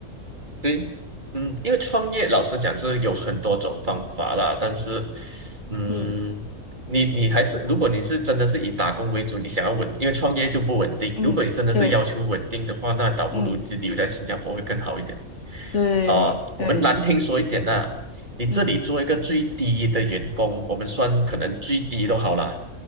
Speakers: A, on the right (about 35°); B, on the left (about 55°).
A: 对，嗯，因为创业老实讲是有很多种方法啦，但是，嗯，
B: 嗯
A: 你你还是如果你是真的是以打工为主，你想要稳，因为创业就不稳定。
B: 嗯，
A: 如果你真的是要求稳定的话，
B: 对，
A: 那倒不如就留在新加坡会更好一点。
B: 嗯对对，
A: 啊、我们难听说一点呐、你这里做一个最低的员工，
B: 嗯
A: 我们算可能最低都好啦，